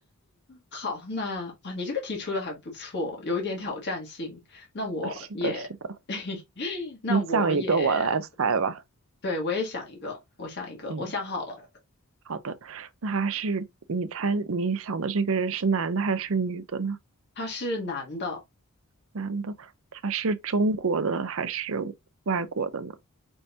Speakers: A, on the left (about 50°); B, on the right (about 60°).
A: 好，那哇，你这个题出的还不错，有一点挑战性。那我也，
B: 是的，是的，
A: <laughs> 那我也，
B: 你想一个，我来猜吧。
A: 对，我也想一个，我想一个，
B: 嗯，
A: 我想好了，
B: 好的，那还是你猜你想的这个人是男的还是女的呢？
A: 他是男的，
B: 男的，他是中国的还是外国的呢？